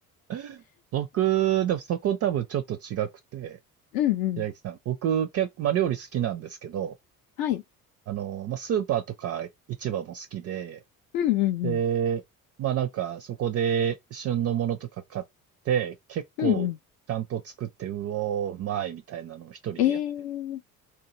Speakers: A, on the right; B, on the left.
A: <laughs> 僕、でもそこ多分ちょっと違くて、
B: うんうん。
A: 平木さん。僕、結構、まあ料理好きなんですけど、
B: はい。
A: あの、まあスーパーとか市場も好きで、
B: うんうん
A: で、まあなんかそこで旬のものとか買って、結構ちゃんと作って、
B: うん。うんうん。
A: うおー、うまいみたいなのを一人でやっ
B: えー、